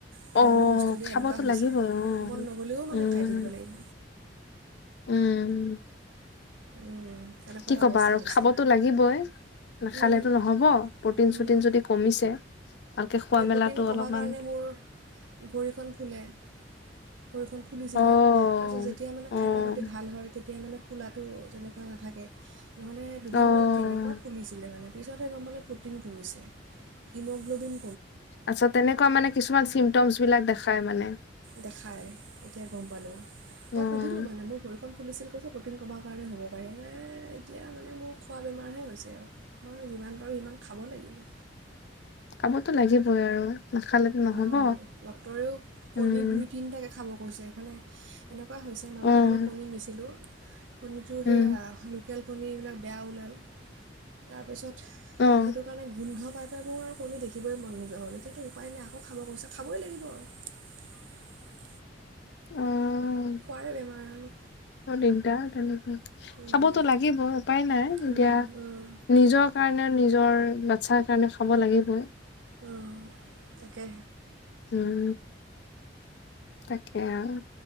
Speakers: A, on the right; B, on the left.
A: কিবা
B: অ
A: কিবি বস্তু দি
B: খাবতো
A: এনেকুৱা হৈছে,
B: লাগিবই অ
A: মন নগলেও মা
B: উম
A: খাই থাকিব লাগিব।
B: উম,
A: উম, তেনেকুৱা
B: কি
A: এটা
B: কবা
A: অৱস্থা
B: আৰু
A: হৈছে
B: খাবতো লাগিবই, নাখালেটো
A: উম,
B: নহ'ব, প্ৰ'টিন
A: উম,
B: চটিন যদি কমিছে, ভালকে খোৱা
A: এতিয়া প্ৰ'টিন
B: মেলাটো
A: কমাৰ
B: অলপমান
A: কাৰণে মোৰ ভৰিখন ফুলে ভৰিখন ফুলিছিলে,
B: অ',
A: তাৰপিছত যেতিয়া মানে
B: অ',
A: খাদ্য পাতি ভাল হয় তেতিয়া মানে ফুলাত <unintelligible> তেনেকুৱা নাথাকে। নহ'লে দুদিনমান
B: অ',
A: কেনেকুৱা ফুলিছিলে মানে। পিছত হে গম পালোঁ প্ৰ'টিন কমিছে, হিমোগ্ল'বিন
B: আচছা তেনেকুৱা মানে কিছুমান চিমটমছ বিলাক দেখা খায় মানে।
A: দেখাই, এতিয়া গম পালোঁ,
B: অ',
A: মই সুধিলোঁ মানে মোৰ ভৰিখন ফুলিছিল কৈছে প্ৰ'টিন কমাৰ কাৰণে হ'ব পাৰে এতিয়া মানে মোৰ খোৱা বেমাৰহে হৈছে আৰু, মই যিমান পাৰোঁ সিমান খাব লাগিব।
B: পাবতো লাগিবই আৰু। নাখালেতো নহ'ব
A: অ', ডক্টৰেও কণীৰ
B: উম,
A: দুই তিনিটাকে খাব গৈছে এফালে, এনেকুৱা হৈছে মাজতে
B: অ',
A: মানে কণী নিছিলোঁ, শুনিছোঁ সেয়া
B: উম,
A: লি লোকেল কণী এইবিলাক বেয়া ওলাল, তাৰপিছত
B: অ',
A: সেইটো কাৰণে গোন্ধ পাই আৰু মোৰ দেখিবই মন নোযোৱা হ'ল, এতিয়াটো উপায় না খাব কৈছে, খাবই লাগিব আৰু।
B: অ',
A: খোৱাৰে বেমাৰ আৰু
B: দিগদাৰ তেনেকে,
A: উম,
B: খাবতো লাগিব উপায় নাই
A: উম,
B: এতিয়া
A: উম,
B: নিজৰ কাৰণে নিজৰ ল <unintelligible> কাৰণে খাব লাগিবই।
A: অ', তাকে।
B: উম। তাকে আৰু।